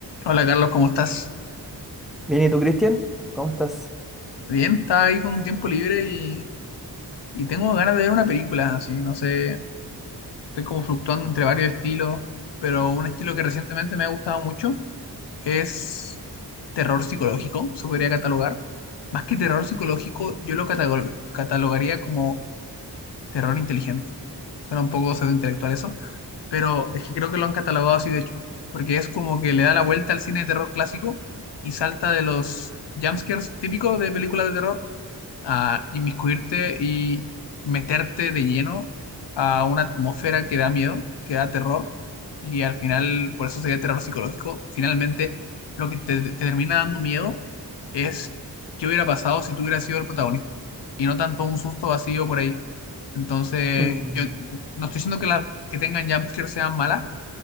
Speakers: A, on the left; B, in the centre.
A: Hola Carlos, ¿cómo estás?
B: Bien, ¿y tú, Cristian? ¿Cómo estás?
A: Bien, estaba ahí con un tiempo libre y, y tengo ganas de ver una película, así, no sé, estoy como fluctuando entre varios estilos, pero un estilo que recientemente me ha gustado mucho es terror psicológico, se podría catalogar. Más que terror psicológico, yo lo catalog- catalogaría como terror inteligente. Suena un poco pseudointelectual eso, pero es que creo que lo han catalogado así de hecho, porque es como que le da la vuelta al cine de terror clásico y salta de los jumpscares típicos de películas de terror a inmiscuirte y meterte de lleno a una atmósfera que da miedo, que da terror, y al final, por eso sería terror psicológico, finalmente lo que te, te termina dando miedo es qué hubiera pasado si tú hubieras sido el protagonista, y no tanto un susto vacío por ahí. Entonces,
B: Mm.
A: yo no estoy diciendo que las que tengan jumpscares sean malas,